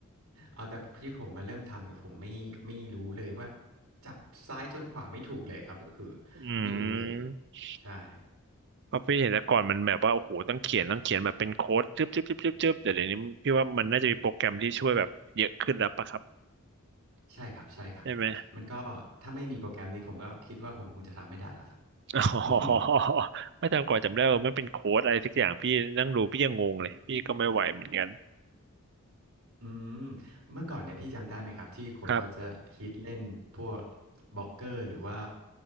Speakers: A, on the right (about 85°); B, on the right (about 55°).
A: เอาแต่ที่ผมมาเริ่มทำเนี่ยผมไม่ไม่รู้เลยว่าจับซ้ายจนขวาไม่ถูกเลยครับก็คือ
B: อืม
A: ไม่รู้เลยใช่
B: เพราะพี่เห็นแต่ก่อนมันแบบว่าโอ้โหต้องเขียนต้องเขียนแบบเป็นโค้ดจึ๊บจึ๊บจึ๊บจึ๊บจึ๊บแต่เดี๋ยวนี้พี่ว่ามันน่าจะมีโปรแกรมที่ช่วยแบบเยอะขึ้นแล้วปะครับ
A: ใช่ครับใช่ครับมันก็ถ้าไม่มีโปรแกรมนี้ผมก็คิดว่าผมคงจะทำไม่ได้ละครับ
B: ใช่ไหม <laughs> อ๋
A: <laughs> อืม
B: อไม่จำก่อนจำได้ว่ามันเป็นโค้ดอะไรสักอย่างพี่นั่งดูพี่ยังงงเลยพี่ก็ไม่ไหวเหมือนกัน
A: อืมเมื่อก่อนเนี่ยพี่จำได้ไหมครับที่คนเขาจะฮิตเล่นพวก
B: ครับ
A: บล็อกเกอร์หรือว่า